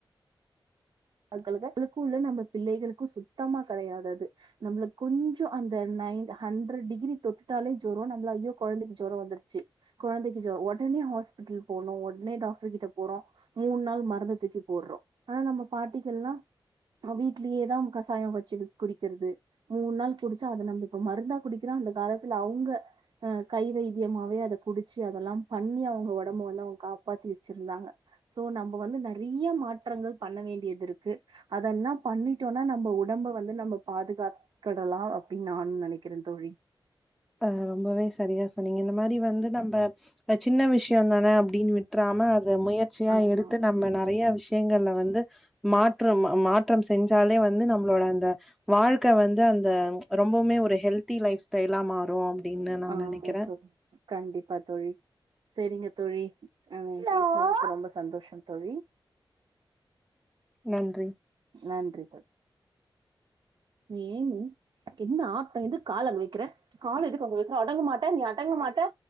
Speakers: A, on the right (about 60°); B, in the centre.
A: <inaudible> ளுக்குள்ள நம்ப பிள்ளைகளுக்கு சுத்தமா கெடயாது அது நம்ளுக்கு கொஞ்சோ அந்த நைன் ஹண்ட்ரட் டிகிரி தொட்டுட்டாலே ஜொரோ நம்ள ஐயோ கொழந்தைக்கு ஜொரோ வந்துருச்சு கொழந்தைக்கி ஜொ ஒடனே ஹாஸ்பிட்டல் போனு ஒடனே டாக்டர் கிட்ட போறோ மூண் நாள் மருந்த தூக்கி போட்றோ ஆனா நம்ம பாட்டிகள்லா வீட்லயேதா கசாயம் வச்சு குடிக்கிறது மூண் நாள் குடிச்சா அத நம்ப இப்ப மருந்தா குடிக்கிறோ அந்த காலத்துல அவுங்க ஆ கை வைதியமாவே அத குடிச்சு அதெல்லா பண்ணி அவுங்க ஒடம்ப வந்து அவுங்க காப்பாத்தி வச்சிருந்தாங்க ஸோ நம்ப வந்து நறைய மாற்றங்கள் பண்ண வேண்டியதிருக்கு அதெல்லா பண்ணிட்டோனா நம்ப உடம்ப வந்து நம்ம பாதுகாக் கடலா அப்டின் நானு நெனைக்கிறே தோழி
B: ஆ ரொம்பவே சரியா சொன்னீங்க இந்த மாரி வந்து நம்ப
A: ம்.
B: சின்ன விஷ்யோ தான அப்டின் விட்றாம அத முயற்சியா
A: ஆமா
B: எடுத்து நம்ம நறைய விஷ் யங்கள்ல வந்து மாற்றம் மாற்றம் செஞ்சாலே வந்து நம்ளோட அந்த வாழ்க்க வந்து அந்த ரொம்போவுமே ஒரு ஹெல்தி லைஃப் ஸ்டைலா மாறு அப்டின்னு நா
A: ஆமா
B: நெனைக்கிறே
A: கண்டிப்பா தோழி சேரிங்க தோழி ஆ பேசுனதுக்கு ரொம்ப சந்தோஷோ தோழி
B: நன்றி
A: நன்றி தோழி ஏமி என்ன ஆட்டோ எதுகு கால அங்க வைக்கிற கால எதுக்கு அங்க வைக்கிற அடங்க மாட்டே நீ அடங்க மாட்டே